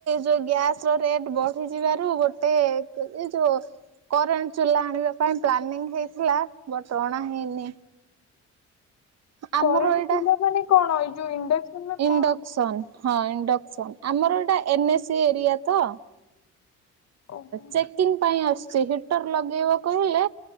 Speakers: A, on the right (about 55°); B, on the left (about 60°).
A: ଯୋଉ ଗ୍ୟାସ ର ରେଟ୍ ବଢିଯିବାରୁ ଗୋଟେ ଏ ଏ ଯୋଉ କରେଣ୍ଟ ଚୁଲା ଆଣିବା ପାଇଁ ପ୍ଲାନିଂ ହେଇଥିଲା ବଟ୍ ଅଣା ହେଇନି। ଆମର
B: କରେଣ୍ଟ
A: ଏଇଟା
B: ଥିଲା ମାନେ କଣ ଏଇ ଯୋଉ ଇଣ୍ଡକ୍ସନରେ
A: ଇଣ୍ଡେକ୍ସନ୍
B: କଣ
A: ହଁ ଇଣ୍ଡେ ଆମର ଏଟା ଏନଏସି ଏରିଆ ତ।
B: କହୁ
A: ଚେକିଂ ପାଇଁ ଆସୁଛି ହିଟର ଲଗେଇବ କହିଲେ